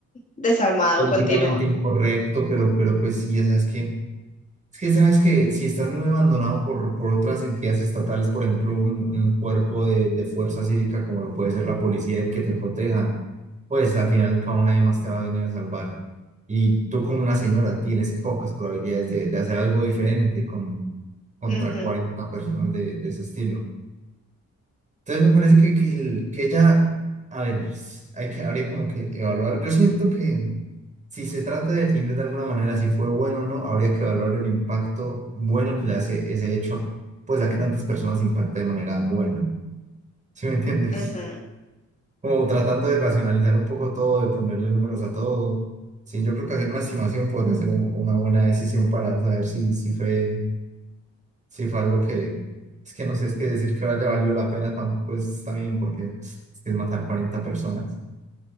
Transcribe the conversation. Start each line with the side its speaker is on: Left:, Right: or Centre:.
Left: desarmado,
Right: políticamente
Left: continúa.
Right: incorrecto, pero, pero pues sí, o sea, es que Es que sabes que si estás muy abandonado por, por otras entidades estatales, por ejemplo, un, un cuerpo de, de fuerza cívica como lo puede ser la policía que te proteja, pues al final cada nadie más te va a venir a salvar. Y tú como una señora tienes pocas probabilidades de, de hacer algo diferente con, contra
Left: Ujú,
Right: 40 personas de, de ese estilo. Entonces me parece que, que, el- que ella, a ver, s- hay que, habría como que evaluar. Yo siento que si se trata de definir de alguna manera si fue bueno o no, habría que evaluar el impacto bueno que le hace ese hecho, pues a que tantas personas impacta de manera buena. ¿Sí me entiendes?
Left: ujú.
Right: <laughs> Como tratando de racionalizar un poco todo, de ponerle números a todo. Sí, yo creo que hacer una estimación podría ser un- una buena decisión para saber si, si fue sí fue algo que, es que no sé, es que decir que haya valido la pena tampoco está bien porque es que es matar 40 personas.